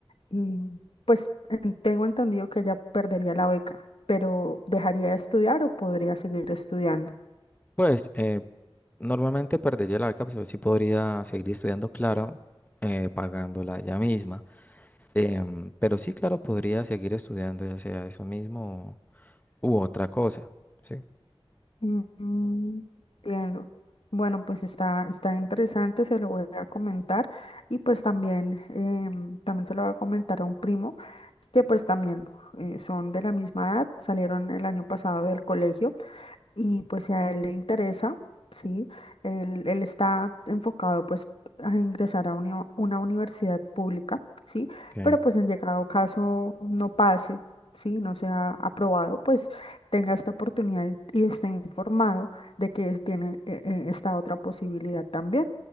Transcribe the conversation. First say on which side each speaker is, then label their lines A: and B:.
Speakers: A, on the left; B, on the left.
A: Y pues en- tengo entendido que ella perdería la beca, pero ¿dejaría de estudiar o podría seguir estudiando?
B: Pues eh, normalmente perdería la beca, pero sí podría seguir estudiando, claro, eh, pagándola ella misma. Em, pero sí, claro, podría seguir estudiando, ya sea eso mismo u otra cosa, ¿sí?
A: Mm, Entiendo. Bueno, pues está, está interesante, se lo voy a comentar y pues también, em, también se lo voy a comentar a un primo que pues también eh, son de la misma edad, salieron el año pasado del colegio Y pues si a él le interesa, sí, él, él está enfocado pues a ingresar a uni- una universidad pública, sí,
B: Ok,
A: pero pues en llegado caso no pase, sí, no sea aprobado, pues tenga esta oportunidad y, y esté informado de que tiene eh, eh, esta otra posibilidad también.